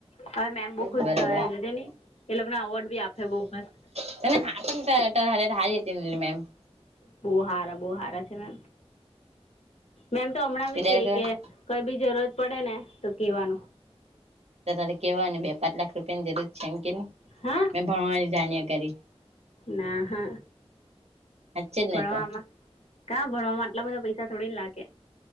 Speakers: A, on the left; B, on the right.
A: હવે મેમ બહુ ખુશ
B: બરાબર
A: થહે જોજે ની એ લોકને અવાર્ડ બી આપહે બઉ મસ્ત
B: <unintelligible> મેમ
A: બહુ હારા બહુ હારા છે મેમ મેમ તો હમણાં
B: તે
A: બી
B: ડાયરેક્ટ
A: કે કે કઈ બી જરૂરત પડે ને તો કેવાનું.
B: તો તારે કેવાય ને બે પાંચ લાખ રૂપિયા ની જરૂર છે એમ કેની
A: હા
B: મેં ભણવાની જાણ્યા કરી.
A: ના હા
B: હાચે જ ને
A: ભણવામાં
B: તો
A: કા ભણવામાં આટલા બધા પૈસા થોડી લાગે